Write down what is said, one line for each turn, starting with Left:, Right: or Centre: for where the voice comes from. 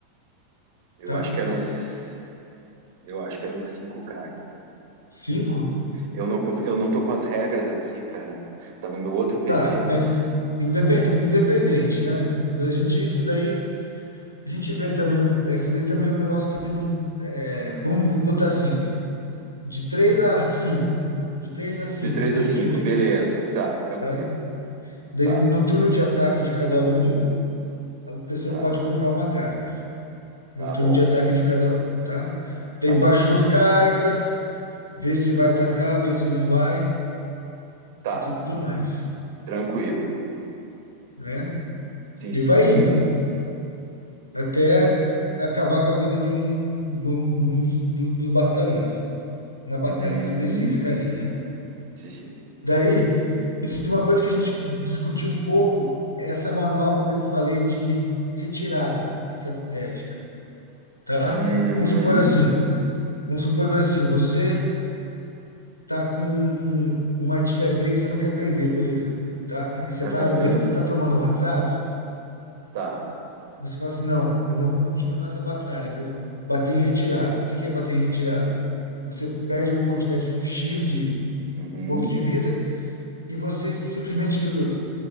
Right: eu
Left: tá?
Right: acho que eram, c- eu acho que eram cinco cartas.
Left: Cinco?
Right: Eu não, conf- eu não tô com as regras aqui, cara. Tá no meu outro PC.
Left: Tá, mas independ- independente, né? A gente, isso daí, a gente vê também, num, essa daí também é um negócio que não, é, vamos botar assim, de três a cinco. De três a cinco,
Right: De 3
Left: daí
Right: a
Left: a
Right: cinco,
Left: gente vê,
Right: beleza, tá, tranquilo.
Left: tá? Daí
Right: Tá,
Left: no turno de ataque de cada um, a pessoa
Right: tá,
Left: pode comprar uma carta.
Right: tá
Left: E o turno
Right: bom,
Left: de ataque de cada um, tá? Daí
Right: tá
Left: baixou
Right: bom.
Left: cartas, vê se vai atacar, vê se não vai
Right: Tá,
Left: e tudo mais,
Right: tranquilo.
Left: né?
Right: Sim,
Left: E
Right: sim.
Left: vai indo até acabar com a vida de um, de um, de um dos, do- dos batalhões, na batalha
Right: Uhum,
Left: específica ali, né?
Right: sim, sim.
Left: Daí, isso é uma coisa que a gente discutiu um pouco, essa manobra que eu falei de retirada estratégica, tá?
Right: Uhum,
Left: Vamos supor assim, vamos supor assim, você tá com uma artilharia que você não quer perder, por exemplo, tá? E você
Right: aham,
Left: tá vendo que você tá tomando um atraso,
Right: tá.
Left: você fala assim, não, eu não vou continuar essa batalha, eu vou bater em retirada. O que que é bater em retirada? Você perde uma quantidade X de
Right: Uhum.
Left: ponto de vida e você simplesmente l-